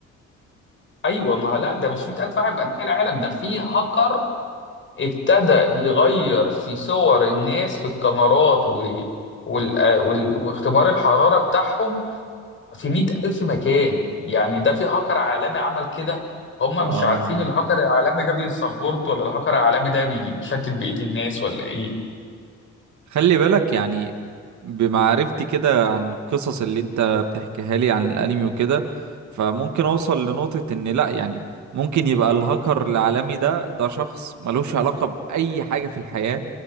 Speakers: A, on the left (about 40°); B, on the right (about 70°).
A: ايوه ما هو لا ده مش 100000 واحد بانحاء العالم ده في هاكر ابتدى يغير في صور الناس في الكاميرات و... وال... وال... واختبار الحراره بتاعهم في 100000 مكان يعني ده في هاكر عالمي عمل كده هم
B: آه
A: مش عارفين الهاكر العالمي ده بيسبورت ولا الهاكر العالمي ده بيشتت بقيه الناس ولا ايه
B: خلي بالك يعني بمعرفتي كده عن القصص اللي انت بتحكيها لي عن الأنمي وكده فممكن أوصل لنقطة ان لأ يعني ممكن يبقى الهاكر العالمي ده ده شخص ملوش علاقة بأي حاجة في الحياة